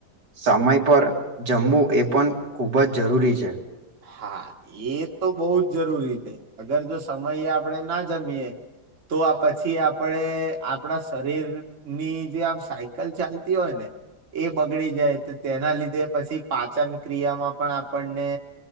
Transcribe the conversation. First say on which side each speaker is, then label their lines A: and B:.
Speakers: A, on the right (about 80°); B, on the right (about 45°).
A: સમય પર જમવું એ પણ ખૂબ જ જરૂરી છે.
B: હા એ તો બહુ જ જરૂરી છે અગર જો સમયે આપણે ના જમીએ. તો આ પછી આપણે આપણા શરીરની જે આમ સાયકલ ચાલતી હોય ને. એ બગડી જાય તો તેના લીધે પછી પાચન ક્રિયામાં પણ આપણને.